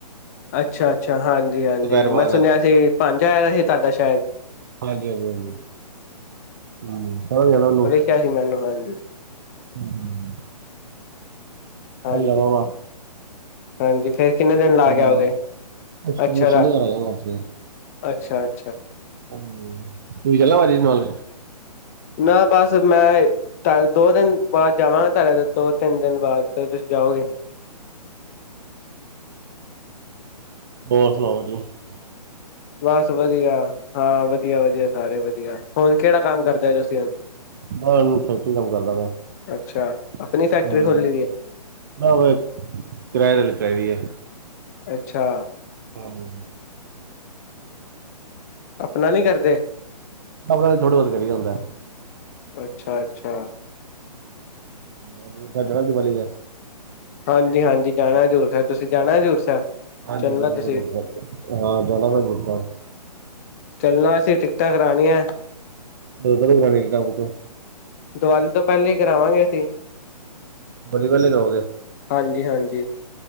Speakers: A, on the left; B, on the right.
A: ਅੱਛਾ ਅੱਛਾ ਹਾਂਜੀ ਹਾਂਜੀ
B: ਦੁਪਹਿਰ
A: ਮੈਂ
B: ਬਾਅਦ ਰਾਤ
A: ਸੁਣਿਆ ਸੀ ਪੰਜ ਆਇਆ ਸੀ ਤਾਡਾ ਸ਼ਹਿਰ
B: ਹਾਂਜੀ ਹਾਂਜੀ ਹਾਂਜੀ ਹੂੰ ਕਹਾਂ ਜਾਣਾ ਉਹਨੂੰ
A: ਦੱਸਿਆ ਸੀ ਮੈਨੂੰ ਹਾਂਜੀ
B: ਹਮ
A: ਹਾਂਜੀ
B: ਮਲੋਵਾ
A: ਹਾਂਜੀ ਫੇਰ ਕਿੰਨੇ ਦਿਨ ਲਾ ਕੇ ਆਓਗੇ
B: <unintelligible> ਅਸੀ
A: ਅੱਛਾ
B: ਸ਼ਨੀਵਾਰ
A: ਰਾ
B: ਆ ਜਾਣਾ ਵਾਪਸੀ
A: ਅੱਛਾ- ਅੱਛਾ
B: ਹਾਂਜੀ ਤੁਸੀ ਚਲਣਾ ਇਨਵਾਲ
A: ਨਾ ਬਸ ਮੈਂ ਏ ਤ ਦੋ ਦਿਨ ਬਾਅਦ ਜਾਵਾਂ, ਤੁਹਾਡੇ ਤੋਂ ਦੋ-ਤਿੰਨ ਦਿਨ ਬਾਅਦ ਤੁਸੀਂ ਜਾਓ।
B: ਅੱਛਾ ਹੋਰ ਸੁਣਾਓ ਤੁਸੀਂ?
A: ਬਸ ਵਧੀਆ ਹਾਂ, ਵਧੀਆ ਵਧੀਆ ਸਾਰੇ ਵਧੀਆ, ਹੁਣ ਕਿਹੜਾ ਕੰਮ ਕਰਦੇ ਤੁਸੀਂ ਹੁਣ?
B: ਮੈਂ ਫੈਕਟਰੀ ਚ ਕੰਮ ਕਰਦਾ ਪਿਆ
A: ਅੱਛਾ ਆਪਣੀ ਫੈਕਟਰੀ
B: ਹਾਂ।
A: ਖੋਲੀ ਦੀ ਹੈ
B: ਨਾਵ ਕਿਰਾਏ ਤੇ ਲੱਗੀ ਹੋਈ ਐ।
A: ਅੱਛਾ।
B: ਆਹੋ।
A: ਆਪਣਾ ਨੀ ਕਰਦੇ?
B: ਆਪਣਾ ਥੋੜਾ ਬਹੁਤ ਕਰੀਦਾ ਹੁੰਦਾ
A: ਅੱਛਾ ਅੱਛਾ।
B: ਬੜਾ ਦੂਰ, ਸਾਡਾ ਕਿਹੜਾ ਦੀਵਾਲੀ ਐ।
A: ਹਾਂਜੀ ਹਾਂਜੀ, ਜਾਣਾ ਹਜ਼ੂਰ ਸਾਹਿਬ। ਤੁਸੀਂ ਜਾਣਾ ਹਜ਼ੂਰ ਸਾਹਿਬ?
B: ਹਾਂਜੀ
A: ਚੱਲਣਾ
B: ਜਾਣਾ
A: ਤੁਸੀਂ
B: ਹਜ਼ੂਰ ਸਾਹਿਬ, ਹਾਂ ਜਾਣਾ ਮੈਂ ਹਜ਼ੂਰ ਸਾਹਿਬ।
A: ਚੱਲਣਾ ਅਸੀਂ ਟਿਕਟਾਂ ਕਰਾਣੀਆਂ।
B: ਕਦੋਂ ਤੱਕ ਕਰਾਣੀਆ ਟਿਕਟਾਂ ਬੁੱਕ?
A: ਦੀਵਾਲੀ ਤੋਂ ਪਹਿਲੇ ਹੀ ਕਰਾਵਾਂਗੇ ਅਸੀਂ।
B: ਬੱਲੇ ਬੱਲੇ ਜਾਉਗੇ?
A: ਹਾਂਜੀ ਹਾਂਜੀ।